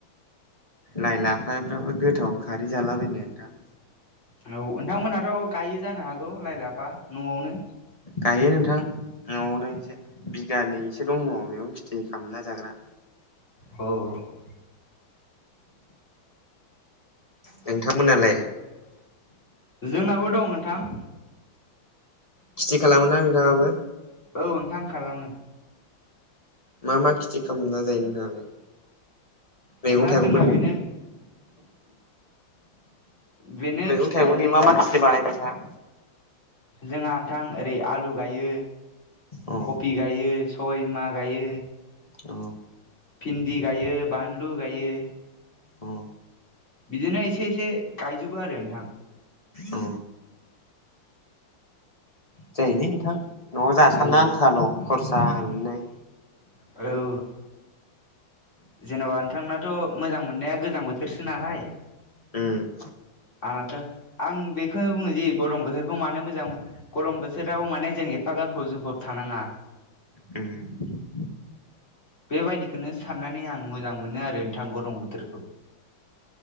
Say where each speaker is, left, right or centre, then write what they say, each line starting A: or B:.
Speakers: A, on the left; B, on the left.
A: लाइ, लाफाफ्राबो गोथाव खारै जालाबायनो नोंथां।
B: औ नोंथांमोनहाथ' गायो जानो हागौ लाइ, लाफा न'आवनो।
A: गायो नोंथां न'आवनो एसे। बिगानैसो दङ मैगं खिथि खामना जाग्रा।
B: अ - अ।
A: नोंथांमोनालाय?
B: जोंनाबो दं नोंथां।
A: खिथि खालामो ना नोंथाङाबो?
B: औ नोंथां खालामो।
A: मा मा खिथि खामना जायो नोंथाङालाय? मैगं
B: ओंहा
A: थाइगंफोरनि
B: जोंना बेनो बेनो
A: मैगं
B: खिथिया
A: थाइगंनि
B: जि
A: मा
B: जों
A: मा खिथि बानायो नोंथाङा?
B: जोंहा नोंथां ओरै आलु गायो,
A: अ
B: कफि गायो सबाय बिमा गायो,
A: अ
B: भिन्दि गायो, बानलु गायो।
A: अ।
B: बिदिनो एसे - एसे गायजोबो आरो नोंथां।
A: अ जायोलै नोंथां। न'आव जासाबनो
B: औ
A: आनथाल' खरसा मोननाय
B: औ। जेनेबा नोंथांनाथ' मोजां मोननाया गोजां बोथोरसो नालाय।
A: ओम।
B: आङाथो आं बेखौनो बुङो जि गरम बोथोरखौ मानो मोजां मोन गरम बोथोराव माने जों एफ बा गानफबखौ जोंफब थानाङा।
A: उम।
B: बेबायदिखौनो साननानै आं मोजां मोनो आरो नोंथां गरम बोथोरखौ।